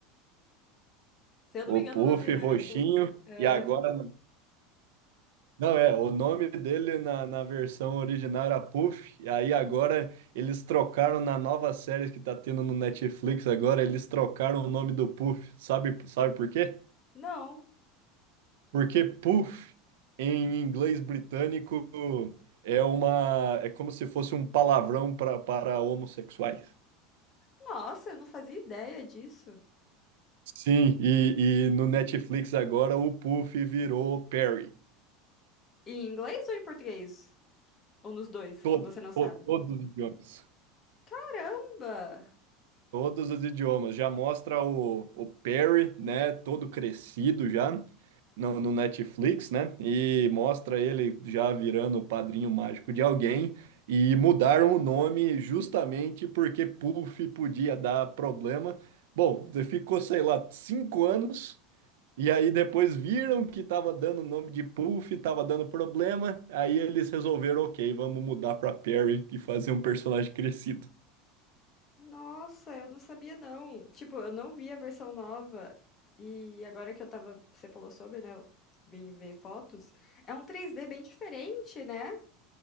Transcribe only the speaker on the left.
Se eu
não me engano,
o nome dele
era Puff. É,
não.
Nossa, eu não fazia ideia disso.
Em inglês ou em português? Ou nos dois?
Ou você não sabe?
Caramba!
Nossa, eu não sabia não. Tipo, eu não vi a versão nova. E agora que eu tava, você falou sobre, né? Eu vim ver fotos. É um 3D bem diferente, né?